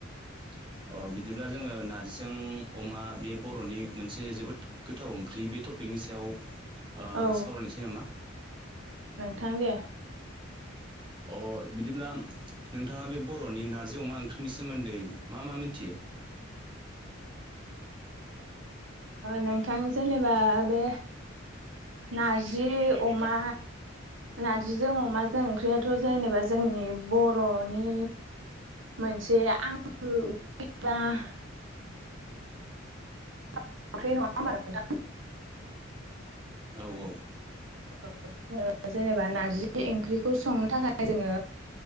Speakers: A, on the right; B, on the right.
A: <inaudible> अ बिदिब्ला जोङो नारजिजों अमा बे बर'नि मोनसे जोबोद गोथाव ओंख्रि बे टपिक बेनि सायाव ओ
B: औ
A: सावरायनोसै नामा?
B: थां दे।
A: द अ बिदिब्ला नोंथाङा बे बर'नि नार्जि अमा ओंख्रिनि सोमोन्दै मा मा मिथियो?
B: नोंथां जेनेबा बे नारजि अमा नारजिजों अमाजों ओंख्रियाथ' जेनेबा जोंनि बर'नि मोनसे आं <unintelligible> <unintelligible>
A: औ औ।
B: औ ज जेनेबा नारजि ओंख्रिखौ संनो थाखाय जोङो